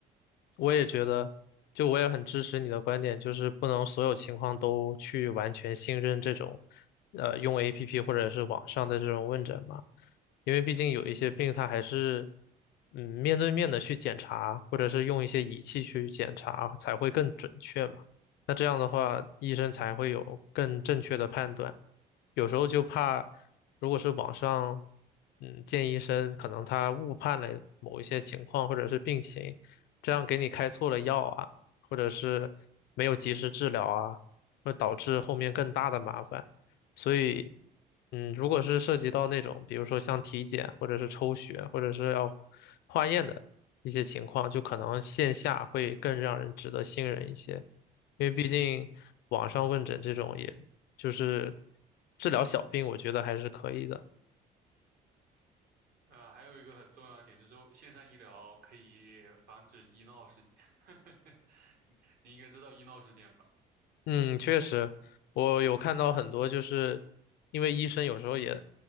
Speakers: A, on the left; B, on the right.
A: 我也觉得，就我也很支持你的观点，就是不能所有情况都去完全信任这种，呃，用 APP 或者是网上的这种问诊嘛，因为毕竟有一些病它还是，嗯，面对面的去检查，或者是用一些仪器去检查才会更准确嘛。那这样的话，医生才会有更正确的判断。有时候就怕，如果是网上，嗯，见医生，可能他误判了某一些情况或者是病情。这样给你开错了药啊，或者是没有及时治疗啊，会导致后面更大的麻烦。所以，嗯，如果是涉及到那种，比如说像体检或者是抽血或者是要化验的一些情况，就可能线下会更让人值得信任一些，因为毕竟网上问诊这种也就是
B: 嗯，
A: 治疗小病，我觉得还是可以的。
B: 呃，还有一个很重要的点就是线上医疗可以防止医闹事件，<laughs> 你应该知道医闹事件吧？
A: 嗯，确实，我有看到很多，就是因为医生有时候也，